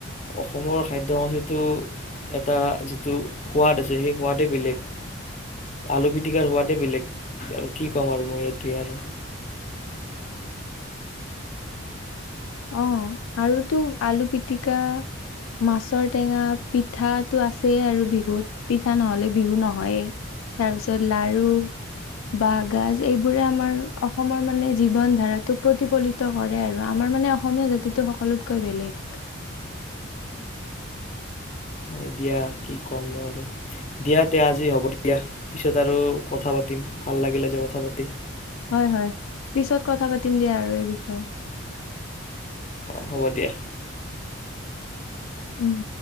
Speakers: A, on the left; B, on the left.
A: অসমৰ খাদ্য সংস্কৃতিটো এটা যিটো সোৱাদ আছে সেই সোৱাদেই বেলেগ আলু পিটিকাৰ সোৱাদেই বেলেগ আৰু কি ক'ম আৰু মই এইেইটোৱে আৰু
B: অ আৰুতো আলু পিটিকা মাছৰ টেঙা পিঠাটো আছে আৰু বিহুত পিঠা নহ'লে বিহু নহয়ে তাৰপিছত লাৰু বাঁহগাজ এইবোৰে আমাৰ অসমৰ মানে জীৱন ধাৰাটোক প্ৰতিফলিত কৰে আৰু আমাৰ মানে অসমীয়া জাতিটো সকলোতকৈ বেলেগ
A: অ দিয়া কি ক'ম ন আৰু দিয়া তে আজি হ'ব দিয়া পিছত আৰু কথা পাতি া ভাল লাগিলে যে কথা পাতি
B: হয় হয়। পিছত কথা পাতিম দিয়া আৰু এই বিষয়ে
A: হ'ব দিয়া
B: উম